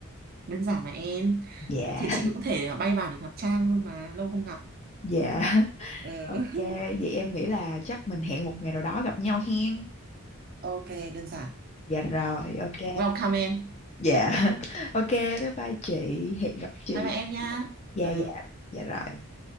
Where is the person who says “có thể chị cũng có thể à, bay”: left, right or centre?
Right